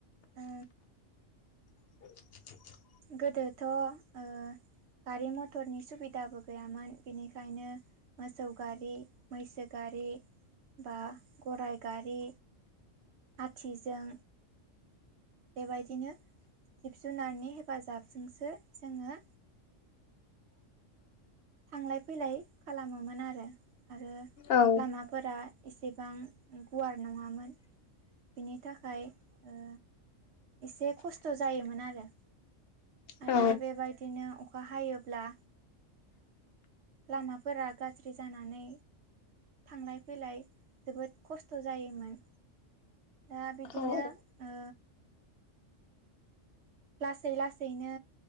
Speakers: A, on the right; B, on the left.
A: ओ
B: <inaudible>
A: गोदोथ' ओ गारि मथरनि सुबिदाबो गैयामोन बिनिखायनो मोसौ गारि मैसो गारि बा गराइ गारि आथिजों बेबायदिनो जिब जुनारनि हेफाजाबजोंसो जोङो थांलाय फैलाय खालामोमोन आरो आरो
B: औ
A: लामाफोरा एसेबां गुवार नङामोन बिनि थाखाय ओ एसे खस्थ' जायोमोन आरो‌
B: औ
A: आरो बेबायदिनो अखा हायोब्ला लामाफोरा गाज्रि जानानै थांलाय फैलाय जोबोद खस्थ' जायोमोन दा बिदिनो
B: औ
A: ओ। लासै लासैनो